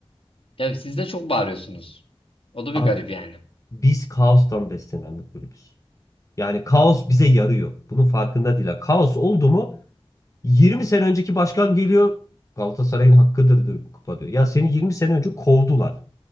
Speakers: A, on the left; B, on the left.
A: Ya siz de çok bağırıyorsunuz. O da
B: Abi,
A: bir garip yani.
B: biz kaostan beslenen bir kulübüz. Yani kaos bize yarıyor. Bunun farkında değil. Yani Kaos oldu mu Yirmi sene önceki başkan geliyor Galatasaray'ın hakkıdır diyor bu kupa diyor. Ya seni 20 sene önce kovdular.